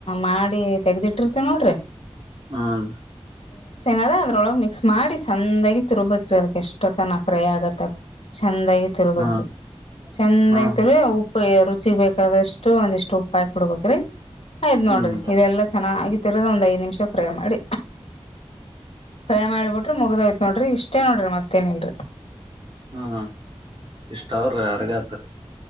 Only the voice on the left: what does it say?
ಮಾಡಿ ತೆಗದಿಟ್ಟಿರ್ತಿವ ನೋಡ್ರಿ
ನದ ಅದ್ರೊಳಗೆ ಮಿಕ್ಸ್ ಮಾಡಿ ಚಂದಾಗಿ ತಿರುರ್ಬೇಕಕ್ರ ಅದಕ್ ಎಷ್ಟೊ ತನ ಫ್ರೈ ಆಗತ್ತ ಚಂದಾಗಿ ತಿರ್ಬೇಕ್ರಿ
ಚಂದಾಗಿ
ತಿರುವಿ ಉಪ್ಪ ಉ ರುಚಿ ಬೇಕಾದಷ್ಟು ಒಂದಿಷ್ಟು ಉಪ್ಪಾಯಿ ಕೊಡ್ಬೇಕ್ರಿ ಆಯ್ ನೋಡ್ರಿ
ಇದೆಲ್ಲ ಚೆನ್ನಾಗಿ ಹತ್ತರದ ಒಂದ್ ಐದ್ ನಿಮಿಷ ಫ್ರೈ ಮಾಡಿ ಫ್ರೈ ಮಾಡಿಬಿಟ್ರಿ ಮುಗ್ದ್ೋಯ್ತ್ ನೋಡ್ರಿ ಇಷ್ಟೇ ನೋಡ್ರಿ ಮತ್ತೇನ್ಲ್ರರಿ